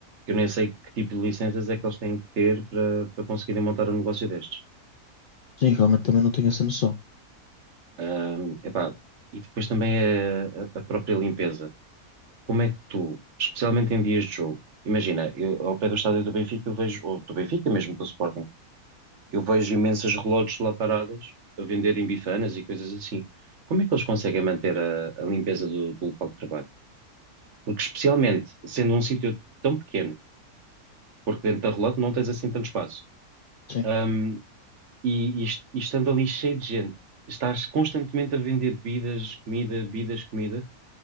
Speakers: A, on the right (about 55°); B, on the left (about 85°).
A: Que eu nem sei que tipo de licenças é que eles têm que ter para, para conseguirem montar um negócio destes.
B: sim, realmente também não tenho essa noção.
A: Ahm, epá, e depois também é a, a própria limpeza. Como é que tu, especialmente em dias de jogo, imagina, eu, ao pé do estádio do Benfica, eu vejo, ou do Benfica mesmo, do Sporting, Eu vejo imensas relógios lá paradas a venderem bifanas e coisas assim. Como é que eles conseguem manter a, a limpeza do, do local de trabalho? Porque, especialmente, sendo um sítio tão pequeno, porque dentro da relógio não tens assim tanto espaço,
B: Sim.
A: hum, e, e est- e estando ali cheio de gente, estás constantemente a vender bebidas, comida, bebidas, comida,